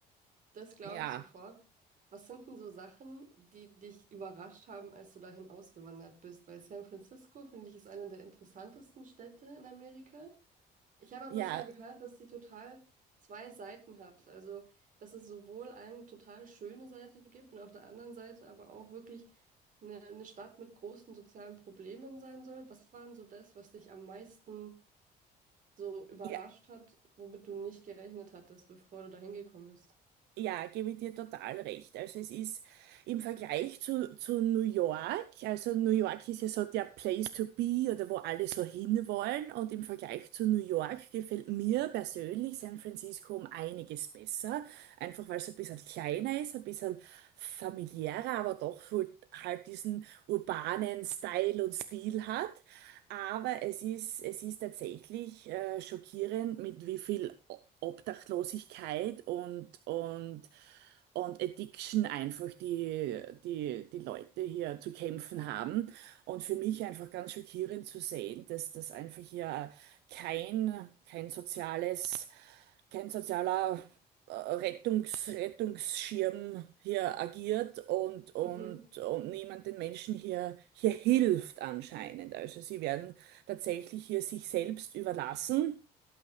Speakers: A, on the right; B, on the right.
A: das glaube
B: Ja,
A: ich sofort. Was sind denn so Sachen, die dich überrascht haben, als du dahin ausgewandert bist? Weil San Francisco, finde ich, ist eine der interessantesten Städte in Amerika. Ich habe aber
B: ja.
A: schon gehört, dass die total zwei Seiten hat. Also, dass es sowohl eine total schöne Seite gibt und auf der anderen Seite aber auch wirklich eine, eine Stadt mit großen sozialen Problemen sein soll. Was war denn so das, was dich am meisten so überrascht
B: ja,
A: hat, womit du nicht gerechnet hattest, bevor du dahin gekommen bist?
B: Ja, gebe ich dir total recht. Also es ist im Vergleich zu, zu New York, also New York ist ja so der Place to be oder wo alle so hinwollen und im Vergleich zu New York gefällt mir persönlich San Francisco um einiges besser, einfach weil es ein bisschen kleiner ist, ein bisschen familiärer, aber doch so halt diesen urbanen Style und Stil hat. Aber es ist, es ist tatsächlich äh, schockierend, mit wie viel Obdachlosigkeit und, und, und Addiction einfach, die, die, die Leute hier zu kämpfen haben. Und für mich einfach ganz schockierend zu sehen, dass das einfach hier kein, kein soziales, kein sozialer äh, Rettungs, Rettungsschirm hier agiert und, und,
A: Mhm,
B: und niemand den Menschen hier, hier hilft anscheinend. Also sie werden tatsächlich hier sich selbst überlassen